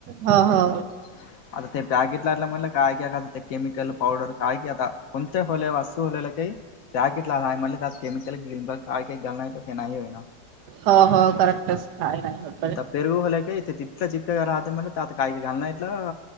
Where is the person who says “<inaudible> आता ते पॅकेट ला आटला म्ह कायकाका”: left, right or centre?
Left